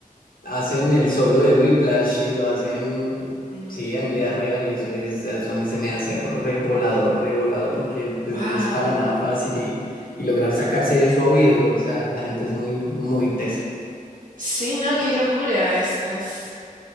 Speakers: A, on the left; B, on the right.
A: hacen el solo de Whiplash y lo hacen
B: Mm,
A: sí en vida real y eso es eso a mí se me hace revolado, revolado porque pues
B: wow.
A: no es para nada fácil y, y lograr sacarse eso a oído, o sea, la gente es muy muy tesa.
B: Sí, no, qué locura. Es, es,